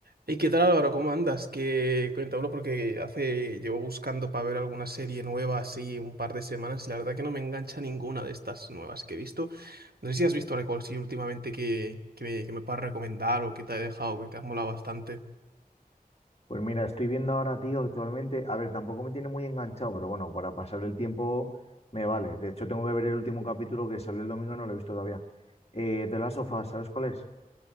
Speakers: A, on the right; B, on the left.
A: ¿Y qué tal Álvaro? ¿Cómo andas? Que cuéntamelo porque hace llevo buscando para ver alguna serie nueva así un par de semanas y la verdad que no me engancha ninguna de estas nuevas que he visto. No sé si has visto algo así últimamente que, que me, que me puedas recomendar o que te ha dejado, que te ha molado bastante.
B: Pues mira, estoy viendo ahora, tío, actualmente. A ver, tampoco me tiene muy enganchado, pero bueno, para pasar el tiempo me vale. De hecho, tengo que ver el último capítulo que salió el domingo, no lo he visto todavía. Eh, The Last of Us, ¿sabes cuál es?